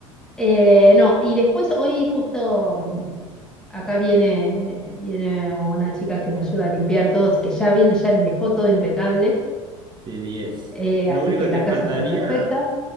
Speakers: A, in the centre; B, on the right.
A: Eh, no, y después hoy justo mm, acá viene, viene una chica que me ayuda a limpiar todo, así que ya vino, ya dejó todo impecable,
B: de diez
A: eh,
B: Lo
A: así
B: único
A: que
B: que
A: la
B: te faltaría,
A: casa está perfecta.